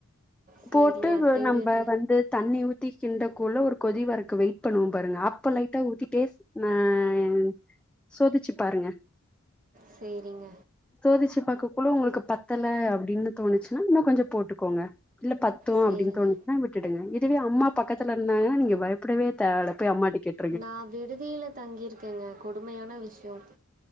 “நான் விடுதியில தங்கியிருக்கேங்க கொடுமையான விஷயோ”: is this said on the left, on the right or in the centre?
Right